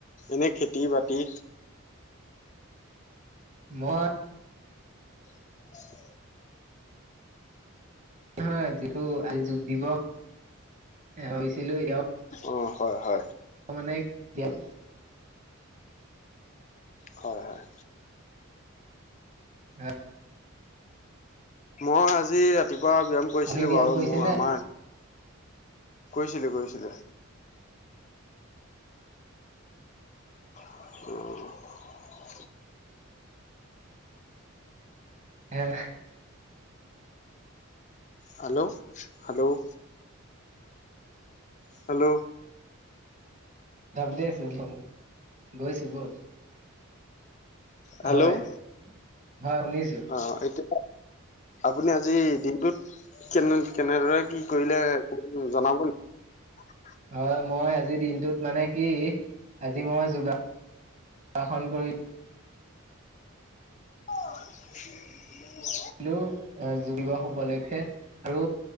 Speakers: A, on the left; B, on the right.
A: এনে খেতি, বাতি
B: মই
A: <unintelligible>
B: হয়। যিটো আজি যোগ দিৱস হৈছিলো এতিয়াও
A: অ' হয়, হয়।
B: মানে গেল
A: হয়, হয়।
B: হ'।
A: মই আজি ৰাতিপুৱা পুৱা ব্যায়াম কৰিছিলো
B: আমি ব্যায়াম
A: বাৰু,
B: কৰিছে
A: মোৰ
B: নে
A: আমাৰ
B: আজি
A: কৰিছিলো, কৰিছিলো। অ'।
B: হ <unintelligible>
A: হেল্ল, ' হেল্ল'? হেল্ল'?
B: ধাবতি আছো, ব'ল গৈছো ব'ল।
A: হেল্ল'
B: হয়, হয় শুনিছো।
A: অ, এতিয়া আপুনি আজি দিনটোত কেনে কেনেদৰে কি কৰিলে উম জনাব নেকি?
B: হয় মই আজি দিনটোত মানে কি আজি মই যোগাৰ শাসন কৰি
A: <unintelligible>
B: <unintelligible> যোগ দিৱস উপলক্ষে আৰু